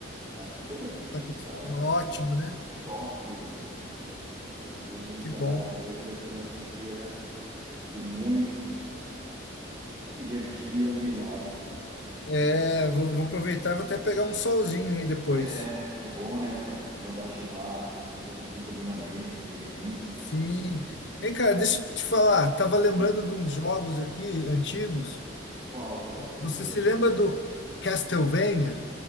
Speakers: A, on the right; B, on the left.
A: Ah, aqui também, cara,
B: tá
A: aqui
B: aquele
A: tá
B: solzão ótimo, né?
A: só pino, cara. Então,
B: Que
A: tá,
B: bom.
A: hoje vai ser mais um dia de muita energia luminosa, cara.
B: É, vou, vou aproveitar, vou até pegar um solzinho aí depois.
A: É, é bom, né, cara? Mandar ativar um pouco de vitamina D no organismo.
B: Sim. Ei, cara, deixa eu te falar, tava lembrando
A: Diga.
B: de uns jogos aqui antigos.
A: Qual, cara, que você
B: Você
A: lembrou?
B: se lembra do Castlevania?